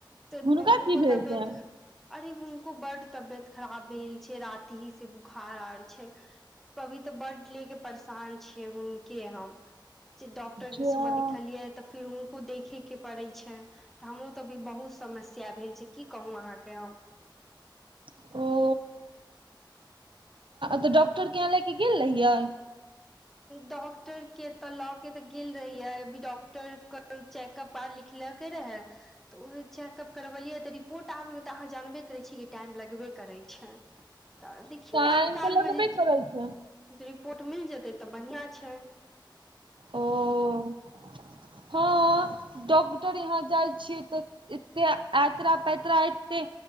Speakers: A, in the centre; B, on the right.
A: त
B: हुनका
A: हको
B: की भेल
A: तबियत
B: छनि
A: अरे हुनको बड तबियत खराब भेल छै राति ही से बुखार आर छै पभी त बड ले के परेशान छिय हुनके हम जे डॉक्टर
B: जा
A: के सुबह दिखलियै तफिर हुनको देखे के पड़ैत छै त हमरो त अभी बहुत समस्या भेल छै की कहू अहाँके हम
B: ह त डॉक्टर के यहाँ ले के गेल रहियै
A: डॉक्टर के त ल के त गेल रहियै अभी डॉक्टर के चेकअप पढ़ लिख ल के रहै त उह चेकअप करबलियै त रिपोर्ट आबे मे त अहाँ जानबे करैत छीयै कि टाइम लगबे करैत छै
B: <inaudible>
A: त देखियौ
B: टाइम
A: आइ काल
B: तऽ लगबे
A: मे जे
B: करै छै
A: रिपोर्ट मिल जेतै त बढ़िआं छै
B: ओ हँ डॉक्टर यहाँ जाइ छियै त एतराा पतरा एते